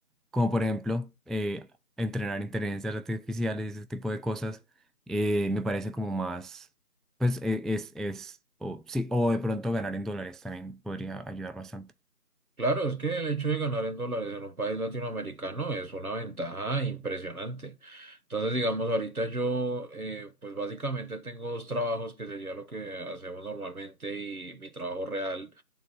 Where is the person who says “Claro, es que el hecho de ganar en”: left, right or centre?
Right